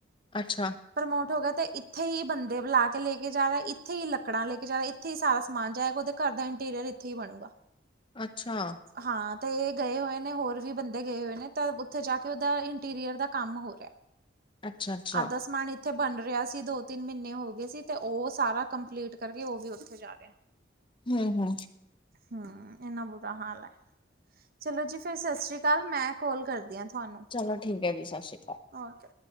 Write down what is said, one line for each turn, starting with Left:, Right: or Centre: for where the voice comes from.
Left: ਅੱਛਾ।
Right: ਪ੍ਰਮੋਟ ਹੋ ਗਿਆ ਤੇ, ਇੱਥੇ ਹੀ ਬੰਦੇ ਬੁਲਾ ਕੇ ਲੈ ਕੇ ਜਾ ਰਿਹਾ। ਇੱਥੇ ਹੀ ਲੱਕੜਾਂ ਲੈ ਕੇ ਜਾ ਰਿਹਾ। ਇੱਥੇ ਹੀ ਸਾਰਾ ਸਮਾਨ ਜਾਏਗਾ ਉਹਦੇ ਘਰ ਦਾ। ਇੰਟੀਰੀਅਰ ਇੱਥੇ ਹੀ ਬਣੂਗਾ।
Left: ਅੱਛਾ।
Right: ਹਾਂ ਤੇ ਇਹ ਗਏ ਹੋਏ ਨੇ, ਹੋਰ ਵੀ ਬੰਦੇ ਗਏ ਹੋਏ ਨੇ। ਤਾਂ ਉੱਥੇ ਜਾ ਕੇ ਉਹਦਾ ਇੰਟੀਰੀਅਰ ਦਾ ਕੰਮ ਹੋ ਰਿਹਾ। <inaudible>
Left: ਅੱਛਾ-ਅੱਛਾ।
Right: ਅੱਧਾ ਸਮਾਨ ਇੱਥੇ ਬਣ ਰਿਹਾ ਸੀ। ਦੋ-ਤਿੰਨ ਮਹੀਨੇ ਹੋ ਗਏ ਸੀ। ਤੇ ਉਹ ਸਾਰਾ ਕੰਪਲੀਟ ਕਰਕੇ ਉਹ ਵੀ ਉੱਥੇ ਜਾ ਰਿਹਾ।
Left: ਹੂੰ-ਹੂੰ।
Right: ਹੂੰ, ਇੰਨਾ ਬੁਰਾ ਹਾਲ ਹੈ। ਚਲੋ ਜੀ ਫੇਰ ਸਤਿ ਸ੍ਰੀ ਅਕਾਲ। ਮੈਂ ਕੋਲ ਕਰਦੀ ਹਾਂ ਤੁਹਾਨੂੰ।
Left: ਚਲੋ ਠੀਕ ਹੈ ਜੀ ਸਤਿ ਸ਼੍ਰੀ ਅਕਾਲ
Right: ਓਕੇ।